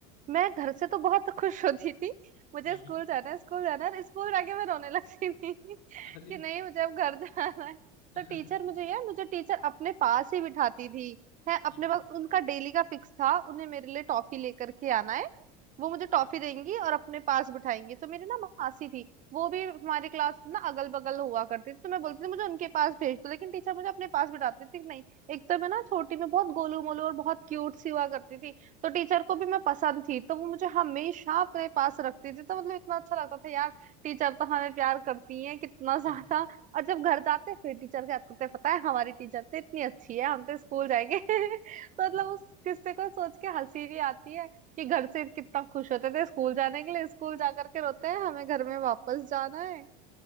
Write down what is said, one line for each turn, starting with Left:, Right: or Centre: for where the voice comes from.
Right: मैं घर से तो बहुत <laughs> खुश होती थी मुझे
Left: हम्म
Right: स्कूल
Left: हम्म,
Right: जाना है स्कूल जाना है और स्कूल जाके मैं रोने लगती थी <laughs> कि
Left: अरे
Right: नहीं मुझे अब घर जाना है
Left: <laughs>
Right: तो टीचर मुझे यार मुझे टीचर अपने पास ही बिठाती थी है अपने
Left: हम्म
Right: पास उनका डेली का फिक्स था उन्हें मेरे लिए टॉफी लेकर के आना है वो मुझे
Left: अच्छा
Right: टॉफी
Left: हम्म,
Right: देंगी और अपने पास बिठाएंगी तो मेरी ना मासी थी वो भी हमारी क्लास ना अगल बगल हुआ करती थी तो मैं बोलती थी मुझे उनके पास भेज दो लेकिन टीचर मुझे अपने पास बिठाती थी कि नहीं एक तो मैं ना छोटी में बहुत गोलू मोलू और बहुत क्यूट सी हुआ करती थी तो टीचर को भी मैं पसंद थी तो वो मुझे हमेशा अपने पास रखती थी तो मतलब इतना अच्छा लगता था यार टीचर तो हमें प्यार करती है कितना ज्यादा
Left: हम्म,
Right: और जब घर जाते फिर टीचर के हाथ करते पता है हमारी टीचर तो इतनी अच्छी है हम तो स्कूल जाएंगे <laughs> तो मतलब
Left: हम्म,
Right: उस किस्से को सोच के हंसी भी आती है कि घर से कितना खुश होते थे स्कूल जाने के लिए स्कूल जा करके रोते हैं हमें घर में वापस जाना है